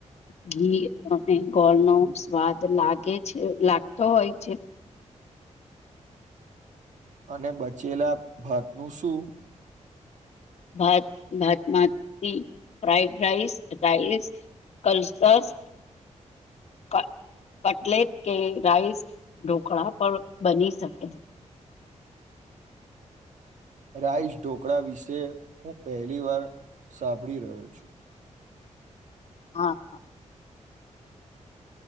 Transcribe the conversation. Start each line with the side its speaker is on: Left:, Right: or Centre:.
Left: ઘી અને ગોળ નો સ્વાદ લાગે છે લાગતો હોય છે.
Right: અને બચેલા ભાત નું શું.
Left: ભાત ભાત માતી ફ્રાઇડ રાઈસ રાઈસ. કલટાસ ક ક્ટલેટ કે રાઈસ ઢોકળા પર બની શકે.
Right: રાઈસ ઢોકળા વિશે હું પહેલી વાર સાંભળી રહ્યો છું.
Left: હા.